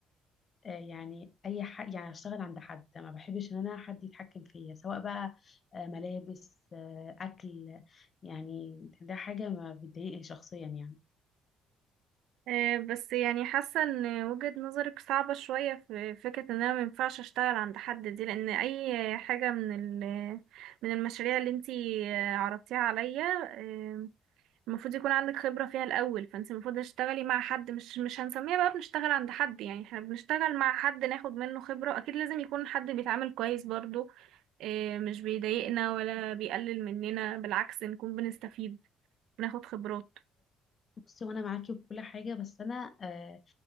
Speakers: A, on the left (about 25°); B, on the right (about 80°).
A: آه، يعني أي حد يعني أشتغل عند حد ما بحبش إن أنا حد يتحكم فيا سواء بقى آه، ملابس آه، أكل يعني ده حاجة ما بتضايقني شخصيا يعني
B: أه بس يعني حاسة ان وجهة نظرك صعبة شوية في فكرة ان انا مينفعش اشتغل عند حد دي لان اي حاجة من ال من المشاريع اللي انتي آه، عرضتيها عليا آه، المفروض يكون عندك خبرة فيها الاول فانتي المفروض تشتغلي مع حد مش مش هنسميها بقى بنشتغل عند حد يعني احنا بنشتغل مع حد ناخد منه خبرة اكيد لازم يكون حد بيتعامل كويس برضو آه، مش بيضايقنا ولا بيقلل مننا بالعكس نكون بنستفيد بناخد خبرات
A: بصي وانا معاكي بكل حاجه بس انا آه،